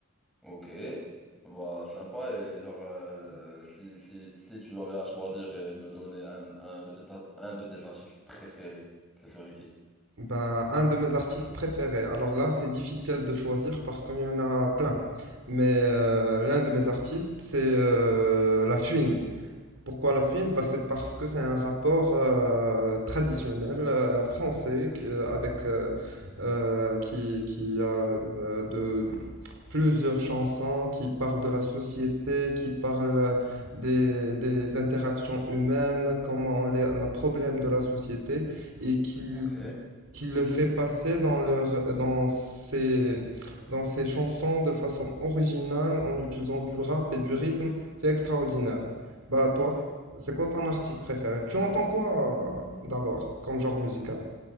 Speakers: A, in the centre; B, on the right (about 65°).
A: Ok, bah sympa et genre euh, si, si, si tu avais à choisir et me donner un, un de tes, un de tes artistes préférés, ce serait qui?
B: Bah, un de mes artistes préférés. Alors là, c'est difficile de choisir parce qu'il y en a plein. Mais euh, l'un de mes artistes, c'est euh, La Fouine. Pourquoi la Fine? Bah, c'est parce que c'est un rapport euh, traditionnel euh, français qui- euh, avec euh, euh, qui, qui a euh, de plusieurs chansons qui parlent de la société, qui parlent euh, des, des interactions humaines, comment les, la problème de la société, et qui,
A: Ok.
B: qui le fait passer dans leur, dans ses, dans ses chansons de façon originale en utilisant du rap et du rythme. C'est extraordinaire. Bah toi,
A: Ok.
B: c'est quoi ton artiste préféré? Tu entends quoi euh, d'abord comme genre musical?